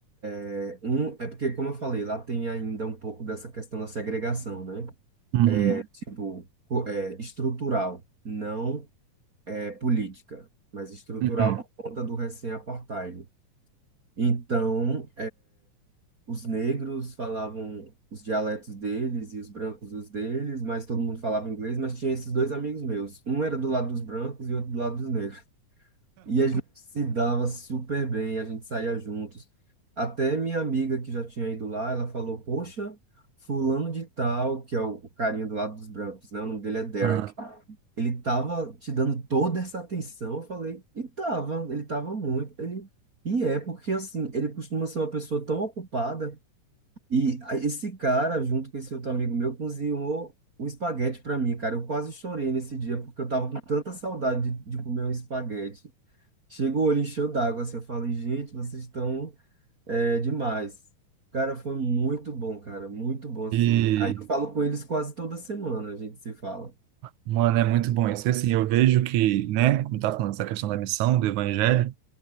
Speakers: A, on the right; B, on the right.
A: é, um, é porque, como eu falei, lá tem ainda um pouco dessa questão da segregação, né?
B: Uhum.
A: É, tipo, co- é, estrutural, não é política, mas estrutural
B: Uhum.
A: por conta do recém-apartheid. Então, os negros falavam os dialetos deles e os brancos os deles, mas todo mundo falava inglês, mas tinha esses dois amigos meus. Um era do lado dos brancos e outro do lado dos negros. E a gente se dava super bem, a gente saía juntos. Até minha amiga que já tinha ido lá, ela falou: "Poxa, fulano de tal, que é o o carinha do lado dos brancos, né? O nome dele é Derek.
B: Ah,
A: Ele tava te dando toda essa atenção". Eu falei: "E tava, ele tava muito, ele E é porque assim, ele costuma ser uma pessoa tão ocupada e a- esse cara, junto com esse outro amigo meu, cozinhou um espaguete para mim, cara. Eu quase chorei nesse dia, porque eu tava com tanta saudade de, de comer um espaguete. Chegou o olho encheu d'água, assim, eu falei, gente, vocês estão é, demais. Cara, foi muito bom, cara, muito bom, assim.
B: E,
A: Aí eu falo com eles quase toda semana, a gente se fala.
B: mano, é muito bom isso. E, assim, eu vejo que, né, como tá falando dessa questão da missão, do evangelho,